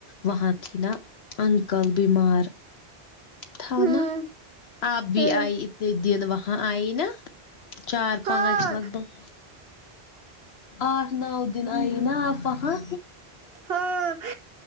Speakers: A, on the left; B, on the right.
A: وہاں تھی نا انکل بیمار تھا
B: ہوں
A: نا آپ بھی
B: ہوں
A: آئی اتنے دن وہاں آئی نا چار
B: ہاں
A: پانچ لگ بھگ آٹھ نو دن آئی نا آپ وہاں
B: ہاں